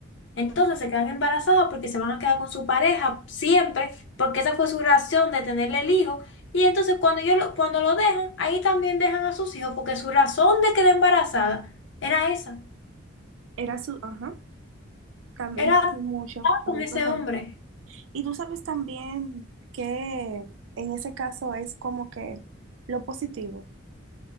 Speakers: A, on the left; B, on the right.
A: Entonces se quedan embarazadas porque se van a quedar con su pareja siempre, porque esa fue su razón de tenerle el hijo. Y entonces cuando yo lo, cuando lo dejan, ahí también dejan a sus hijos, porque su razón de quedar embarazada era esa,
B: era su... Ajá, también
A: era
B: pasa
A: estar
B: mucho, también
A: con ese
B: pasa
A: hombre.
B: mucho. Y tú sabes también que en ese caso es como que lo positivo.